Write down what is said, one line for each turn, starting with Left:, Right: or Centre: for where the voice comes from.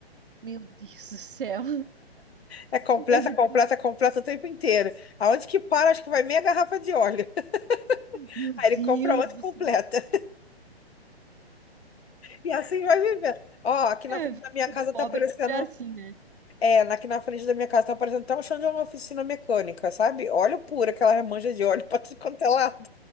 Right: Meu Deus do céu.
Left: É
Right: <laughs>
Left: completa,
Right: A gente-
Left: completa,
Right: fica,
Left: completa o tempo inteiro. Aonde que para, acho que vai meia garrafa de óleo. <laughs>
Right: Meu
Left: Aí
Right: Deus
Left: ele compra outra
Right: do
Left: e completa.
Right: céu.
Left: E assim vai vivendo. Ó, aqui na
Right: É,
Left: frente
Right: vida
Left: da minha casa
Right: de pobre
Left: tá aparecendo.
Right: é assim, né?
Left: É, aqui na frente da minha casa tá aparecendo até um chão de uma oficina mecânica, sabe? Óleo puro, aquela manja de óleo <laughs> pra tudo quanto é lado.